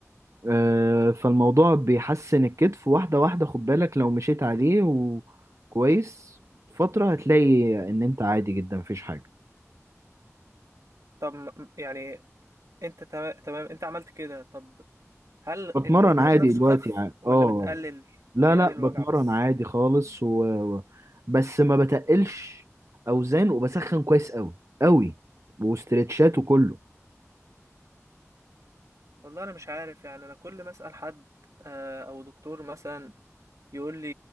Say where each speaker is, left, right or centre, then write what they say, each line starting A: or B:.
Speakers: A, on the right (about 65°); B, on the right (about 80°).
A: آه، فالموضوع بيحسن الكتف واحدة واحدة خد بالك لو مشيت عليه وكويس فترة هتلاقي ان انت عادي جدا مفيش حاجة
B: طب م- يعني انت تمام تمام انت عملت كده طب هل الالتهاب
A: بتمرن عادي
B: نفسه
A: بجد دلوقتي
B: خف
A: ع-
B: ولا
A: اه
B: بتقلل
A: لا
B: بيقلل
A: لا
B: الوجع
A: بتمرن
B: بس
A: عادي خالص و... و- بس ما بتقلش اوزان وبسخن كويس قوي قوي واسترتشات وكله
B: والله انا مش عارف يعني انا كل ما اسال حد آه، او دكتور مثلا يقول لي